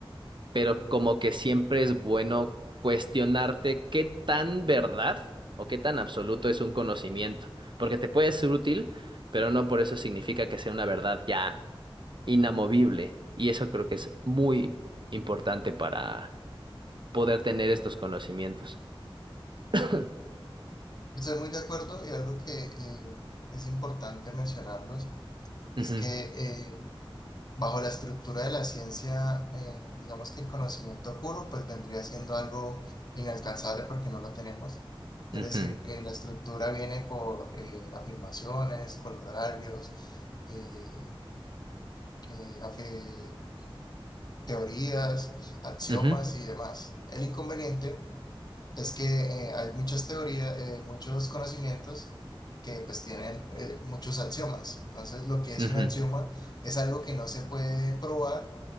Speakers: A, on the right; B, on the left.
A: pero como que siempre es bueno cuestionarte qué tan verdad o qué tan absoluto es un conocimiento, porque te puede ser útil, pero no por eso significa que sea una verdad ya inamovible. Y eso creo que es muy importante para poder tener estos conocimientos. <coughs>
B: Estoy muy de acuerdo y algo que eh, es importante mencionarlos es
A: Ujú,
B: que eh, bajo la estructura de la ciencia, eh, digamos que el conocimiento puro pues vendría siendo algo inalcanzable porque no lo tenemos. Es
A: ujú,
B: decir, eh, la estructura viene por eh, afirmaciones, colorearios, eh, eh, afi- teorías, axiomas
A: ujú,
B: y demás. El inconveniente Es que eh, hay muchas teorías, eh, muchos conocimientos que pues tienen eh, muchos axiomas. Entonces, lo que es
A: ujú.
B: un axioma es algo que no se puede probar.